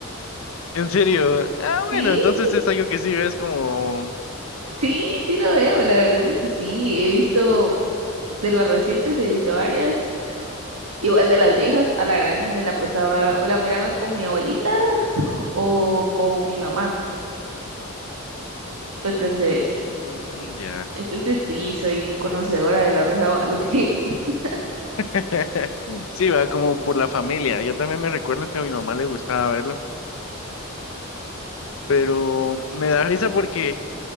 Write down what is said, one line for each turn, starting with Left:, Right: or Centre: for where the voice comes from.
Left: En serio. Ah,
Right: Sí,
Left: bueno, entonces es algo que sí ves como.
Right: Sí, sí lo veo, la verdad es que sí, he visto de las recientes, he visto varias, igual de las viejas, a la gran me la pasaba o la miraba con mi abuelita o con mi mamá, entonces,
Left: mm, ya.
Right: entonces sí, soy conocedora de la Rosa de Guadalupe, <laughs>
Left: <laughs> Sí, va como por la familia. Yo también me recuerdo que a mi mamá le gustaba verlo, pero me da risa porque